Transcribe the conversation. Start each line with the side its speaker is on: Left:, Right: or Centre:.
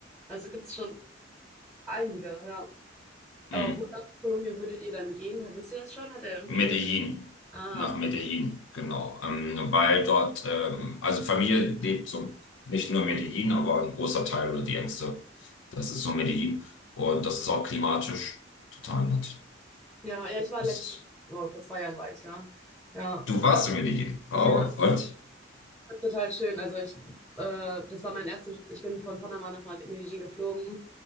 Centre: also gibt's schon einige, ja. Aber
Left: mh.
Centre: wo nach Kolumbien würdet ihr dann gehen? Wisst ihr das schon? Hat er irgendwie.
Left: Medellin.
Centre: Ah,
Left: Nach
Centre: okay.
Left: Medellin, genau. Ähm, weil dort, ähm, also Familie lebt so nicht nur in Medellin, aber ein großer Teil oder die Ängste. Das ist so Medellin. Und das ist auch klimatisch total nett.
Centre: Ja, ja, ich war
Left: Das
Centre: letztens,
Left: ist.
Centre: oh, vor zwei Jahren war ich da. Ja,
Left: Du warst in Medellin. Oh,
Centre: ja,
Left: und?
Centre: das ist total schön. Also ich, äh, das war mein erstes, ich bin von Panama nach Medellin geflogen